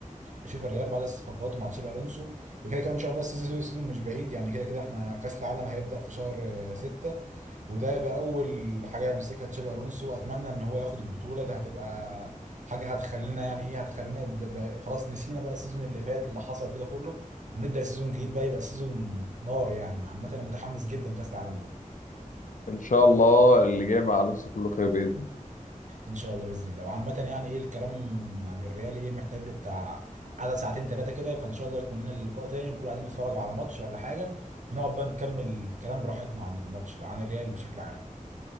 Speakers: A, on the right; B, on the left.
A: اشوف الريال بعد الصفقات مع تشابي الونسو وكده كده ان شاء الله السيزون السيزون مش بعيد يعني كده كده احنا كاس العالم هيبدا في شهر 6 وده يبقى اول حاجه يمسكها تشابي الونسو اتمنى ان هو ياخد البطوله ده هتبقى حاجه هتخلينا يعني ايه هتخلينا دب- خلاص نسينا بقى السيزون اللي فات اللي حصل فيه ده كله ونبدا سيزون جديد بقى يبقى سيزون نار يعني عامه انا متحمس جدا لكاس العالم ده
B: ان شاء الله اللي جاي مع الونسو كله خير باذن الله
A: ان شاء الله باذن الله وعامه يعني ايه الكلام عن الريال ايه محتاج له بتاع قعده ساعتين ثلاثه كده فان شاء الله يكون لنا اللقاء تاني ونكون قاعدين نتفرج على ماتش ولا حاجه ونقعد بقى نكمل الكلام براحتنا عن الماتش عن الريال بشكل عام